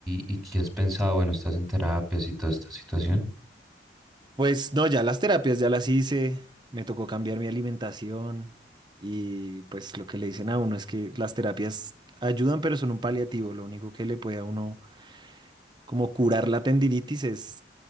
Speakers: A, in the centre; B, on the right.
A: y, y qué has pensado? Bueno, estás en terapias y toda esta situación.
B: Pues no, ya las terapias ya las hice, me tocó cambiar mi alimentación y pues lo que le dicen a uno es que las terapias ayudan, pero son un paliativo, lo único que le puede a uno Como curar la tendinitis es